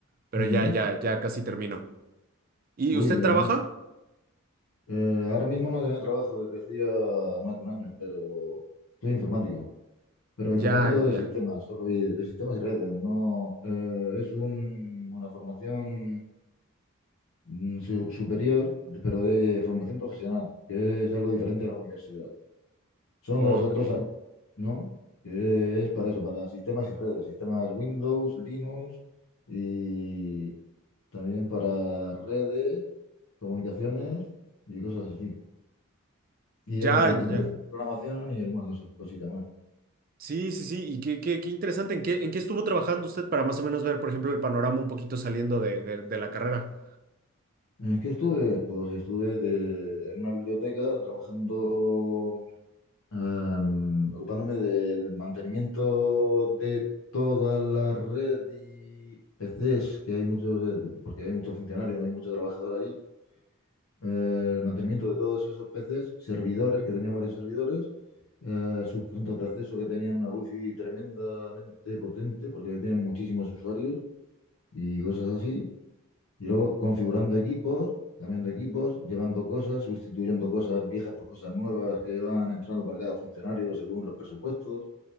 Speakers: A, on the right; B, on the left.
A: pero
B: Ujú.
A: ya, ya, ya casi termino. ¿Y
B: Uy,
A: usted
B: qué
A: trabaja?
B: bien. Eh, ahora mismo no tenía trabajo desde hacía más de un año, pero soy informático. Pero
A: Ya,
B: informático
A: ya.
B: de sistemas, solo y- de sistemas y redes. No, eh, es un- una formación mm, su- superior, pero de formación profesional, que es algo diferente a la universidad. Son
A: Ok.
B: dos, dos años ¿no? Que es para eso, para sistemas y redes, sistemas Windows, Linux y también para redes, comunicaciones y cosas así. Y
A: Ya,
B: lleva un, pe-
A: ya.
B: un
A: ya.
B: pe- programación y alguna cosa, cosilla más.
A: Sí, sí, sí, y qué, qué, qué interesante, ¿en qué, en qué estuvo trabajando usted para más o menos ver, por ejemplo, el panorama un poquito saliendo de, de- de la carrera?
B: Eh, ¿Qué estuve? Pues estuve de- en una biblioteca trabajando, em, ocupándome del mantenimiento de toda la red y PCs, que hay muchos, eh, porque hay muchos funcionarios, no hay mucho trabajador allí eh, el mantenimiento de todos esos PCs, servidores, que tenían varios servidores, eh, sus puntos de acceso que tenían una wifi tremendamente potente, porque tienen muchísimos usuarios y cosas así. Y luego configurando equipos, cambiando equipos, llevando cosas, sustituyendo cosas viejas por cosas nuevas que van entrando para cada funcionario según los presupuestos,